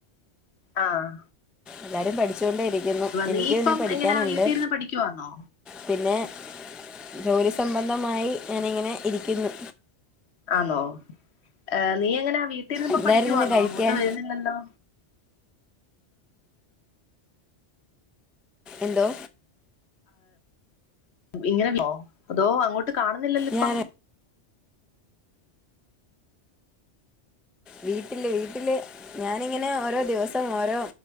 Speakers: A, on the left; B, in the centre.
A: ആഹ്
B: എല്ലാരും പഠിച്ചുകൊണ്ടേയിരിക്കുന്നു. എനിക്കും
A: നീ ഇപ്പം
B: ഇനി പഠിക്കാനുണ്ട്.
A: എങ്ങനാ വീട്ടിൽ ഇരുന്ന് പഠിക്കുവാന്നോ
B: പിന്നെ ജോലി സംബന്ധമായി ഞാനിങ്ങനെ ഇരിക്കുന്നു.
A: ആന്നോ? ഏഹ് നീ എങ്ങനാ വീട്ടിര്ന്ന്പ്പോ
B: എന്തായിരുന്നു
A: പഠിക്കുവാന്നോ
B: ഇന്ന് കഴിക്കാൻ
A: ഇങ്ങോട്ട് വരുന്നില്ലല്ലോ.
B: എന്തോ?
A: ഇങ്ങനെന്നോ അതോ അങ്ങോട്ട് കാണുന്നില്ലല്ലോ ഇപ്പം.
B: ഞാൻ വീട്ടില് വീട്ടില് ഞാനിങ്ങനെ ഓരോ ദിവസം സം ഓരോ